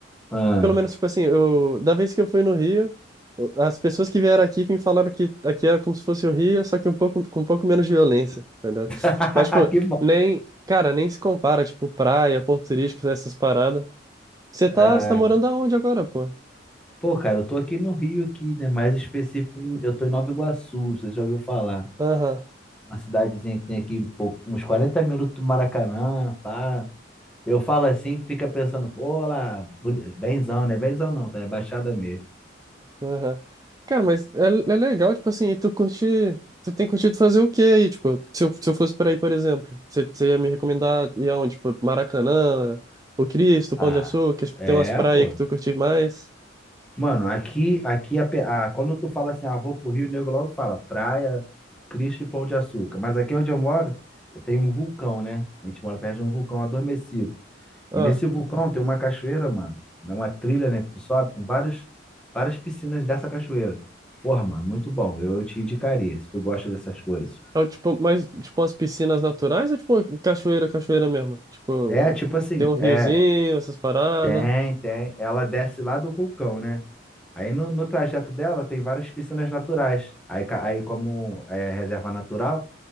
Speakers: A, in the centre; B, on the right (about 20°).
A: Ah.
B: Pelo menos, tipo assim, eu, da vez que eu fui no Rio, as pessoas que vieram aqui me falaram que aqui era como se fosse o Rio, só que um pouco, com um pouco menos violência, tá ligado?
A: <laughs>
B: Mas, tipo,
A: Que bom.
B: nem, cara, nem se compara, tipo, praia, pontos turísticos, essas paradas. Você tá,
A: Ah.
B: você tá morando aonde agora, pô?
A: Pô, cara, eu tô aqui no Rio aqui, né? Mais específico, em- eu tô em Nova Iguaçu, você já ouviu falar?
B: Aham,
A: Uma cidadezinha que tem aqui um pouco- uns 40 minutos do Maracanã, pá. Eu falo assim, fica pensando, pô, lá, boni- benzão, né? Benzão não, tá? É Baixada mesmo.
B: aham. Cara, mas é, é legal, tipo assim, e tu curte, tu tem curtido fazer o quê aí? Tipo, se eu, se eu fosse por aí, por exemplo, você você ia me recomendar ir aonde? Tipo, Maracanã, o Cristo, o
A: Ah,
B: Pão de Açúcar, tipo,
A: é,
B: tem umas praias
A: pô.
B: que tu curte mais?
A: Mano, aqui, aqui a, pe- a- quando tu fala assim, ah, vou pro Rio, o nego logo fala praia, Cristo e Pão de Açúcar. Mas aqui onde eu moro, tem um vulcão, né? A gente mora perto de um vulcão adormecido.
B: Ah,
A: E nesse vulcão tem uma cachoeira, mano. É uma trilha, né? Que tu sobe com vários, várias piscinas dessa cachoeira. Porra, mano, muito bom. Eu te indicaria, se tu gosta dessas coisas.
B: é o tipo, mas tipo umas piscinas naturais ou tipo cachoeira, cachoeira mesmo? Tipo,
A: É, tipo assim,
B: tem um riozinho,
A: é,
B: essas paradas.
A: tem, tem. Ela desce lá do vulcão, né? Aí no, no trajeto dela tem várias piscinas naturais. Aí, ca- aí como é reserva natural,